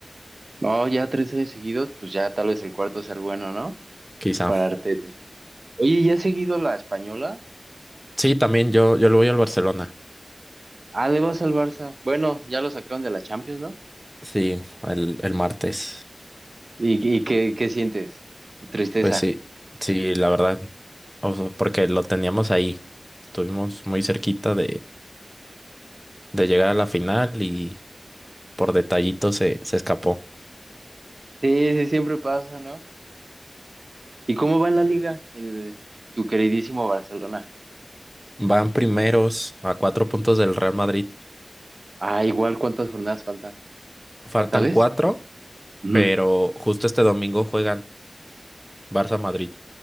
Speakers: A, on the right; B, in the centre.
A: No, ya tres años seguidos, pues ya tal vez el cuarto sea el bueno, ¿no?
B: quizá.
A: Para Arteta. Oye, ¿ya has seguido la española?
B: Sí, también yo, yo le voy al Barcelona.
A: Ah, le vas al Barça. Bueno, ya lo sacaron de la Champions, ¿no?
B: Sí, el, el martes.
A: ¿Y, y qué, qué sientes? Tristeza.
B: Pues sí, sí, la verdad. O sea, porque lo teníamos ahí. Estuvimos muy cerquita de, de llegar a la final y por detallito se, se escapó.
A: Sí, sí, siempre pasa, ¿no? ¿Y cómo va en la liga? El- tu queridísimo Barcelona.
B: Van primeros a cuatro puntos del Real Madrid.
A: Ah, igual cuántas jornadas faltan,
B: Faltan
A: ¿sabes?
B: cuatro,
A: Ujú.
B: pero justo este domingo juegan Barça-Madrid.